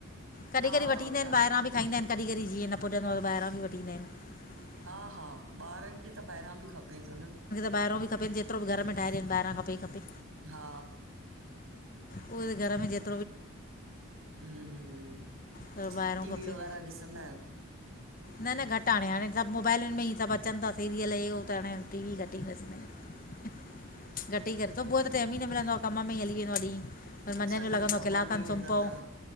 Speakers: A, on the left (about 40°); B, on the right (about 70°).
A: कॾी
B: हा
A: -कॾी वठी
B: हो
A: ईंदा
B: त
A: हिनि ॿाहिरां बि खाईंदा हिनि, कॾहिं जीअं न पुॼंदो आ त ॿाहिरां बि वठींदा आहिनि।
B: हा- हा ॿारनि खे त ॿाहिरां बि खपे थो न
A: ॿाहिरो बि खपेन, जेतिरो बि घर मे ठाहे ॾेन ॿाहिरो खपे ई खपे
B: हा
A: उहो त घर में जेत
B: हम्म -हम्म
A: पर ॿाहिरां
B: टीवी
A: खपे
B: वग़ैरह ॾिसंदा आहियो?
A: न -न घटि हाणे, हाणे सभु मोबाइलुनि में ई सभु अचनि ता सीरियल हे हो त हाणे टी वी घटि ई ॾिसंदा आहियू। घटि ही कर सुबुअ जो त टाइम ई न मिलंदो आ, कम में ई हली वेंदो आ ॾिह। पर मंझंदि
B: सॼो
A: जो
B: ॾींहुं
A: लॻंदो
B: कम
A: आ किलाक
B: में
A: खनि
B: ई वेंदो
A: सुम् पउ।
B: त